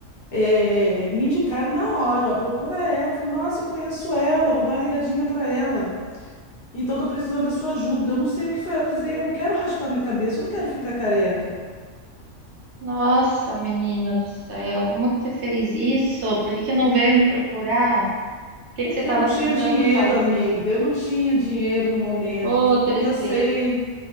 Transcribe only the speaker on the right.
Nossa, menina do céu, como que você fez isso? Por que que não veio me procurar? O que
que você estava
tentando
fazer?
Ô, tristeza.